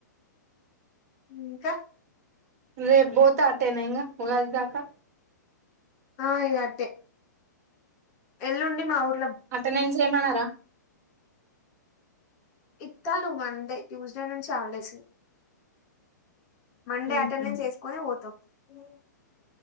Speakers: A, on the left; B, on the right.
A: ఇంక
B: రేపు బోత ఆటేనఇగ ఉగాది దాకా
A: ఆ ఇగ అటే ఎల్లుండి మా ఊరు
B: అటెండెన్స్ ఏమనరా
A: ఇత్తారు మన్డే ట్యూస్డే నుంచి హల్డేస్ మండే
B: ఏమన్నారా
A: అటెండెన్స్ వేసుకొని పోతం అ